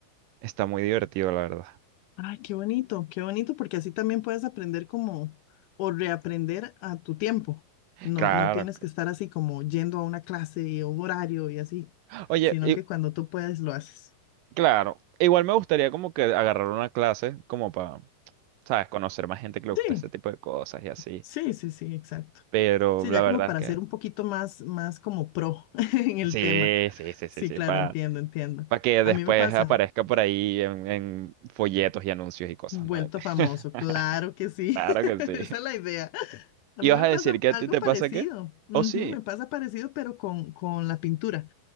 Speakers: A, on the right; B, on the left.
A: está muy divertido, la verdad.
B: Ay, qué bonito, qué bonito, porque así también puedes aprender como, o reaprender a tu tiempo. No,
A: Claro.
B: no tienes que estar así como yendo a una clase y a un horario y así,
A: Oye,
B: sino
A: y,
B: que cuando tú puedes lo haces.
A: claro, igual me gustaría como que agarrar una clase como para, ¿sabes? Conocer más gente que le gusta
B: Sí,
A: este tipo de cosas y así,
B: sí, sí, sí, exacto.
A: pero
B: Sí,
A: la
B: ya
A: verdad
B: como para
A: es que
B: ser un poquito más, más como pro <laughs> en el
A: sí,
B: tema.
A: sí, sí,
B: Sí,
A: sí, sí,
B: claro,
A: para...
B: entiendo, entiendo.
A: Para que después
B: A mí me pasa,
A: aparezca por ahí en, en folletos y anuncios y cosas,
B: vuelto
A: ¿no? <laughs>
B: famoso, claro que sí.
A: Claro
B: <laughs>
A: que sí.
B: Esa es la idea. A
A: ¿Y
B: mí
A: vas
B: me
A: a
B: pasa
A: decir que a
B: algo
A: ti te
B: parecido.
A: pasa qué?
B: Ujú,
A: ¿O sí?
B: me pasa parecido, pero con, con la pintura.